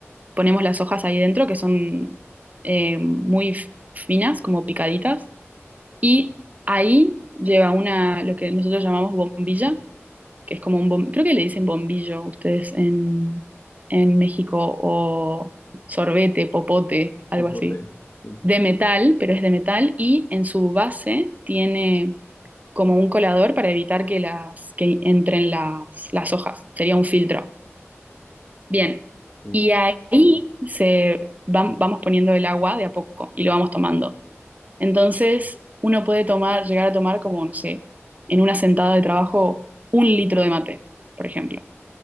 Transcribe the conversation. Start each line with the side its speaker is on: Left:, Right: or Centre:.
Right: Ponemos las hojas ahí dentro, que son eh, muy f- finas, como picaditas y ahí lleva una, lo que nosotros llamamos bombilla, que es como un bom- creo que le dicen bombillo ustedes en, en México, o sorbete, popote, algo
Left: Popote,
Right: así,
Left: sí.
Right: de metal, pero es de metal, y en su base tiene como un colador para evitar que las, que entren las, las hojas. Sería un filtro. Bien.
Left: sí.
Right: Y ahí se van- vamos poniendo el agua de a poco y lo vamos tomando. Entonces, uno puede tomar, llegar a tomar como, no sé, en una sentada de trabajo, un litro de mate, por ejemplo.